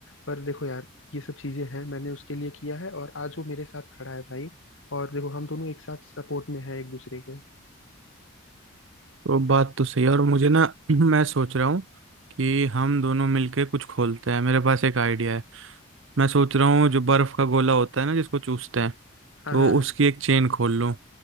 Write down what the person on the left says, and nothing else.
पर देखो यार ये सब चीजें हैं मैंने उसके लिए किया है और आज वो मेरे साथ खड़ा है भाई और देखो हम दोनों एक साथ सपोर्ट में हैं एक दूसरे के
हाँ
हाँ